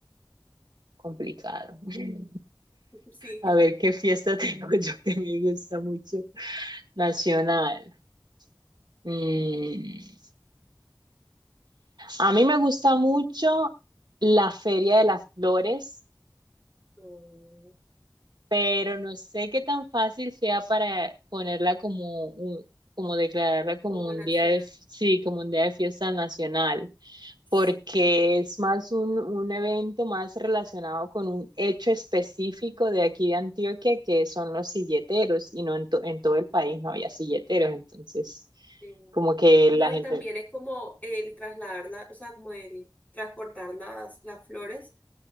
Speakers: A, on the right (about 70°); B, on the left (about 20°).
A: complicado. <laughs>
B: <laughs> Sí.
A: A ver qué fiesta <laughs> tengo yo que me gusta mucho nacional. Mm, A mí me gusta mucho la Feria de las Flores,
B: Mm,
A: pero no sé qué tan fácil sea para ponerla como un- como declararla como
B: Como
A: un
B: nacional.
A: día de, sí, como un día de fiesta nacional.
B: Sí.
A: porque es más un, un evento más relacionado con un hecho específico de aquí de Antioquia, que son los silleteros, y no en, to- en todo el país no había silleteros, entonces
B: Sí.
A: como que
B: No,
A: la gente...
B: y también es como el trasladarla, o sea, como el transportar las, las flores,